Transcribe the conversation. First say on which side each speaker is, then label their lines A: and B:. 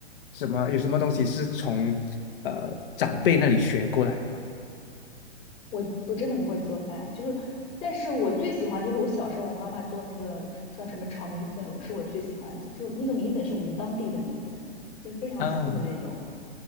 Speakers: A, on the left; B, on the left.
A: 什么有什么东西是从呃长辈那里学过来的吗？
B: 我我真的不会做饭，就是，但是我最喜欢就是我小时候我妈妈做那个叫什么炒米粉，是我最喜欢的，是那个米粉是我们当地的米粉，就是非常细的那种。
A: 啊